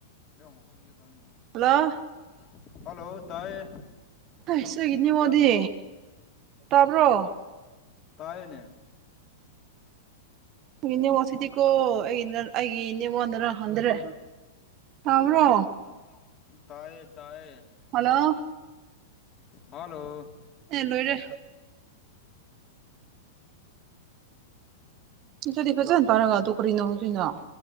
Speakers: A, on the left; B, on the right.
A: ꯗꯝꯃꫭ ꯐꯥꯕꯤꯒꯦ ꯇꯝꯃꯤꯉꯣ
B: ꯍꯜꯂꯣ
A: ꯂꫭ ꯍꯜꯂꯣ ꯇꯥꯏꯌꯦ
B: ꯍꯥꯏꯁ ꯑꯩꯒꯤ ꯅꯤꯡꯉꯣꯗꯤ
A: ꯅꯪ
B: ꯇꯥꯕ꯭ꯔꯣ
A: ꯇꯥꯌꯦꯅꯦ
B: ꯑꯩꯒꯤ ꯅꯦꯠꯋꯥꯛ ꯁꯤꯗꯤꯀꯣ ꯑꯩꯅꯔ ꯑꯩꯒꯤ ꯅꯦꯠꯋꯥꯛꯅꯔ ꯈꯪꯗ꯭ꯔꯦ ꯇꯥꯕ꯭ꯔꯣ
A: ꯕ꯭ꯔꫭ ꯇꯥꯌꯦ ꯇꯥꯌꯦ
B: ꯍꯜꯂꯣ
A: ꯍꯜꯂꯣ ꯍꯜꯂꫭ
B: ꯑꯦ ꯂꯣꯏꯔꯦ ꯑꯗꯨꯗꯤ ꯐꯖꯅꯥ ꯇꯥꯔꯒ ꯑꯗꯣ ꯀꯔꯤꯅ ꯑꫭꯏꯗꯨꯏꯅꫭ